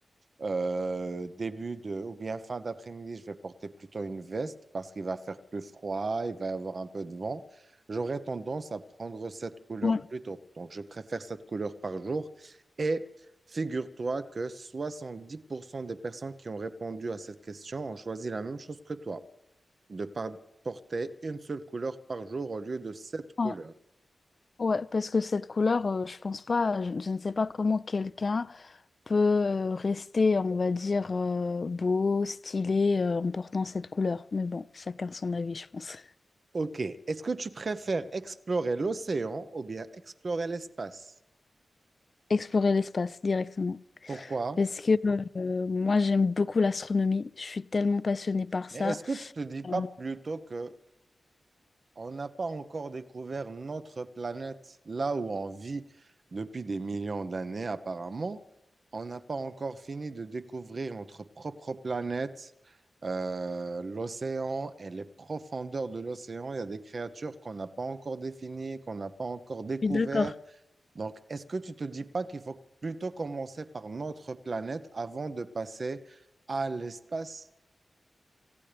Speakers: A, on the right (about 55°); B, on the left (about 45°).
A: euh, début de, ou bien fin d'après-midi, je vais porter plutôt une veste parce qu'il va faire plus froid, il va y avoir un peu de vent. J'aurais tendance à prendre cette couleur
B: Ouais.
A: plus tôt. Donc, je préfère cette couleur par jour. Et figure-toi que 70% des personnes qui ont répondu à cette question ont choisi la même chose que toi de par- porter une seule couleur par jour au lieu de sept
B: Ouais,
A: couleurs.
B: ouais, parce que cette couleur, euh, je pense pas, je, je ne sais pas comment quelqu'un peut euh, rester, on va dire, euh, beau, stylé, euh, en portant cette couleur. Mais bon, chacun son avis, je pense.
A: Ok, est-ce que tu préfères explorer l'océan ou bien explorer l'espace?
B: Explorer l'espace directement.
A: Pourquoi?
B: Parce que euh, moi, j'aime beaucoup l'astronomie. Je suis tellement passionnée par
A: Mais
B: ça.
A: est-ce que tu te dis pas
B: Euh,
A: plutôt que on n'a pas encore découvert notre planète, là où on vit depuis des millions d'années apparemment. On n'a pas encore fini de découvrir notre propre planète, euh, l'océan et les profondeurs de l'océan. Il y a des créatures qu'on n'a pas encore définies, qu'on n'a pas encore découvertes.
B: je suis d'accord.
A: Donc, est-ce que tu te dis pas qu'il faut plutôt commencer par notre planète avant de passer à l'espace?